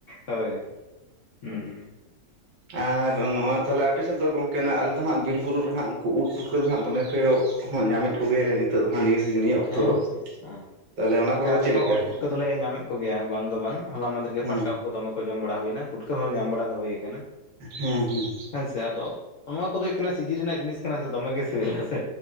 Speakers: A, on the left (about 70°); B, on the right (about 90°).
A: ᱦᱳᱭ ᱦᱩᱸ
B: ᱟᱨ ᱱᱚᱣᱟ ᱛᱟᱦᱚᱞᱮ ᱟᱯᱮ ᱥᱮᱫ ᱫᱚ ᱜᱚᱝᱠᱮᱱᱟᱜ ᱟᱞᱮ ᱫᱚ ᱦᱟᱸᱜ ᱵᱤᱨᱼᱵᱩᱨᱩ ᱨᱮᱦᱟᱸᱜ ᱩᱱᱠᱩ ᱩᱫ ᱯᱷᱩᱠᱟᱹ ᱫᱚᱟᱸᱜ ᱫᱚᱢᱮ ᱠᱮᱭᱚᱜ ᱦᱚᱸᱜ ᱧᱟᱢᱮᱫ ᱠᱚᱜᱮᱭᱟᱞᱮ ᱱᱤᱛ ᱛᱟᱹᱜ ᱫᱚ ᱦᱟᱸᱜ ᱱᱤᱭᱟᱹ ᱚᱠᱛᱚ
A: ᱦᱮᱸ
B: ᱫᱚ᱾
A: ᱜᱚᱝᱠᱮ ᱦᱮᱸ
B: ᱛᱟᱦᱚᱞᱮ ᱚᱱᱟ
A: ᱜᱚᱝᱠᱮ
B: ᱠᱚᱨᱮ ᱫᱚ
A: ᱟᱞᱮ
B: ᱪᱮᱫ
A: ᱦᱚᱸ
B: ᱞᱮᱠᱟ?
A: ᱩᱫ ᱯᱩᱴᱠᱟᱹ ᱫᱚᱞᱮ ᱧᱟᱢᱮᱫ ᱠᱚᱜᱮᱭᱟ ᱛᱚᱵᱮ ᱵᱟᱝ ᱫᱚ ᱵᱟᱝ ᱦᱚᱞᱟ ᱢᱟᱦᱫᱮᱨ ᱜᱮ
B: ᱦᱮᱸ
A: ᱯᱟᱴᱠᱟ ᱩᱫ ᱫᱚᱢᱮ ᱠᱚ ᱡᱚᱢ ᱵᱟᱲᱟ ᱦᱩᱭᱱᱟ ᱯᱷᱩᱴᱠᱟᱹ ᱦᱚᱸ ᱧᱟᱢ ᱵᱟᱲᱟ ᱫᱚ ᱦᱳᱭ ᱠᱟᱱᱟ᱾
B: ᱦᱮᱸ, ᱦᱮᱸ,
A: ᱦᱮᱸ ᱥᱮ ᱟᱫᱚ ᱱᱚᱣᱟ ᱠᱚᱫᱚ ᱦᱳᱭᱳᱜ ᱦᱟᱱᱟ ᱥᱤᱡᱤᱱ ᱨᱮᱱᱟᱜ ᱡᱤᱱᱤᱥ ᱠᱟᱱᱟ, ᱫᱚᱢᱮ ᱜᱮ ᱥᱤᱵᱤᱞᱟ ᱦᱮᱸᱥᱮ᱾